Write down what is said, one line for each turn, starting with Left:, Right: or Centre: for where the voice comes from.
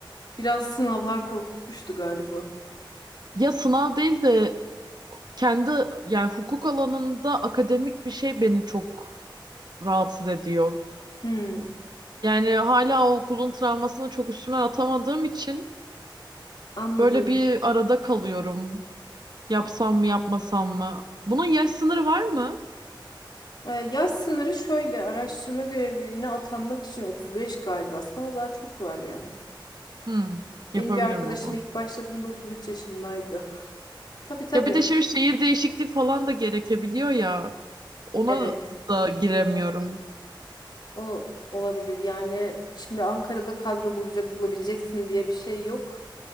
Left: Biraz sınavlar korkutmuştu galiba.
Right: Ya sınav değil de kendi yani hukuk alanında akademik bir şey beni çok rahatsız ediyor.
Left: Hmm,
Right: Yani hala o okulun travmasını çok üstümden atamadığım için
Left: anladım.
Right: böyle bir arada kalıyorum. Yapsam
Left: An-
Right: mı yapmasam mı? Bunun yaş sınırı var mı?
Left: Ee, yaş sınırı şöyle araştırma görevliliğine atanmak için 35 galiba. Sana daha çok var ya.
Right: Hmm, yapabilirim
Left: Benim bir arkadaşım
Right: o zaman.
Left: ilk başladığında 33 yaşındaydı. Tabii tabii.
Right: Ya bir de şimdi şehir değişikliği falan da gerekebiliyor ya. Ona
Left: Evet.
Right: da giremiyorum.
Left: Evet. O olabilir. Yani şimdi Ankara'da kadro bulacak bulabileceksin diye bir şey yok.